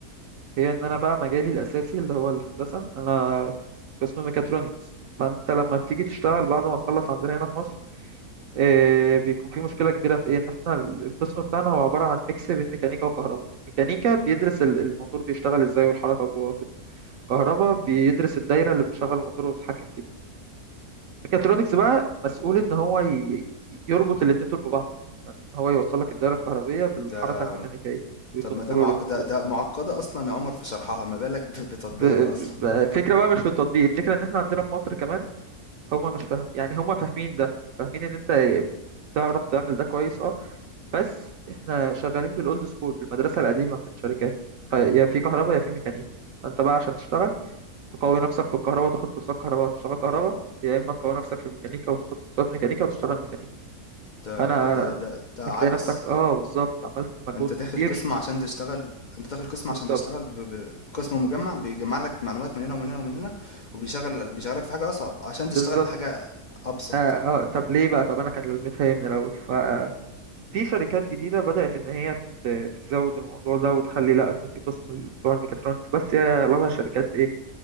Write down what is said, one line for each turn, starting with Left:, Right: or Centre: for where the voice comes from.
Right: هي ان انا بقى مجالي الاساسي اللي هو الهندسة انا قسم ميكاترونكس فانت لما بتيجي تشتغل بعد ما تخلص عندنا هنا في مصر إيه بيكون في مشكلة كبيرة في ايه ان احنا ال- القسم بتاعنا هو عبارة عن ميكس بين ميكانيكا وكهرباء ميكانيكا بيدرس ال- الموتور بيشتغل ازاي والحركة جوه كهرباء بيدرس الدايرة اللي بتشغل الموتور وتتحكم فيه ميكاترونكس بقى مسؤول إن هو ي- يربط الاتنين دول ببعض يعني إن هو يوصل لك الدايرة الكهربية بالحركة
Left: ده
Right: الميكانيكية ويكنترول
Left: طب ما ده معقد
Right: الموضوع
Left: ده, ده معقده اصلا يا عمر في شرحها ما بالك ب- بتطبيقها
Right: ب...
Left: اصلا
Right: ب... فكرة بقى مش في التطبيق الفكرة إن إحنا عندنا في مصر كمان هما مش فاهم يعني هما فاهمين ده فاهمين إن أنت تعرف تعمل ده كويس أه بس إحنا شغالين بالأولد سكول بالمدرسة القديمة في الشركات فيا في كهرباء يا في ميكانيكا فأنت بقى عشان تشتغل تقوي نفسك في الكهرباء تاخد كورسات كهرباء وتشتغل كهرباء يا اما تقوي نفسك في الميكانيكا وتاخد كورسات ميكانيكا وتشتغل ميكانيكا
Left: ده
Right: فانا أنا
Left: ده ده ده
Right: بتلاقي
Left: عبث
Right: نفسك اه بالظبط عملت مجهود
Left: انت داخل
Right: كبير
Left: قسم عشان تشتغل انت داخل قسم
Right: بالظبط
Left: عشان تشتغل ب... ب... بقسم مجمع بيجمع لك معلومات من هنا ومن هنا ومن هنا وبيشغل بيشغلك في حاجة أصعب عشان تشتغل
Right: بالظبط
Left: بحاجة أبسط
Right: آه, اه طب ليه بقى طب انا كان لازمتها ايه من الاول ففي شركات جديده بدات ان هي ت- تزود الموضوع ده وتخلي لا ان في قسم اللي بتوع الميكاترونكس بس هي اغلبها شركات ايه